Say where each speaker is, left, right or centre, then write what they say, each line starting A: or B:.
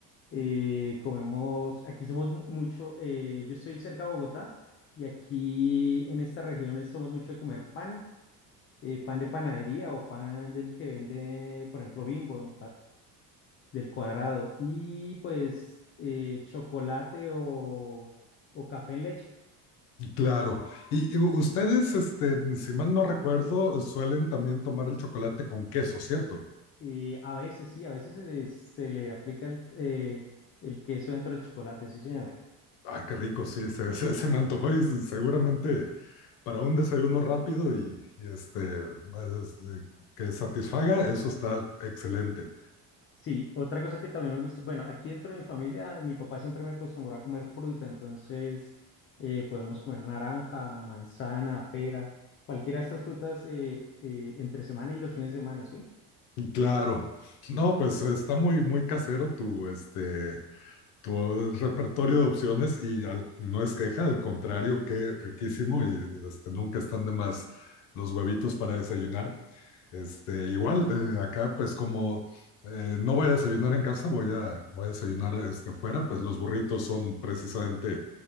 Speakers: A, on the left; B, on the left.
A: Eh, comemos, aquí somos mu- mucho, eh, yo estoy cerca de Bogotá y aquí en estas regiones somos mucho de comer pan, eh, pan de panadería o pan del que vende, por ejemplo, Bimbo, del cuadrado. Y pues eh, chocolate o, o café en leche.
B: Claro. Y, y ustedes, este, si mal no recuerdo, suelen también tomar el chocolate con queso, ¿cierto?
A: Eh, a veces sí, a veces se, se le aplica el, eh, el queso dentro del chocolate, sí, señor.
B: Ah, qué rico, sí, se, <laughs> se- se me antojó y seguramente para un desayuno rápido y, y, este, es, eh, que satisfaga, eso está excelente.
A: Sí, otra cosa que también me gusta, bueno, aquí dentro de mi familia, mi papá siempre me acostumbró a comer fruta, entonces eh, podemos comer naranja, manzana, pera, cualquiera de estas frutas eh, eh, entre semana y los fines de semana, ¿sí?
B: Y Claro. No, pues está muy, muy casero tu, este, tu repertorio de opciones y al- no es queja, al contrario, qué riquísimo y este, nunca están de más los huevitos para desayunar. Este, igual, eh, acá pues como eh, no voy a desayunar en casa, voy a, voy a desayunar este, fuera, pues los burritos son precisamente